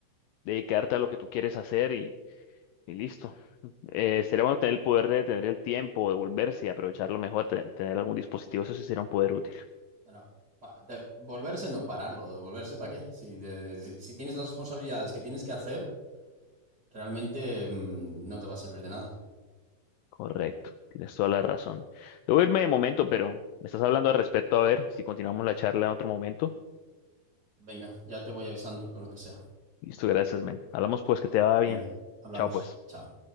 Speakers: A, on the left (about 80°); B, on the right (about 30°).
A: dedicarte a lo que tú quieres hacer y, y listo. Eh, sería bueno tener el poder de tener el tiempo, de volverse y aprovecharlo mejor, te- tener algún dispositivo, eso sí sería un poder útil.
B: No, no, pa- de- volverse no pararlo, de volverse para qué. Si, de- de- si, si tienes las responsabilidades que tienes que hacer, realmente mm, no te va a servir de nada.
A: Correcto, tienes toda la razón. Debo irme de momento, pero me estás hablando al respecto, a ver si continuamos la charla en otro momento.
B: Venga, ya te voy avisando con lo que sea.
A: Listo, gracias, men. Hablamos pues, que te va bien.
B: Venga, hablamos.
A: Chao, pues.
B: Chao.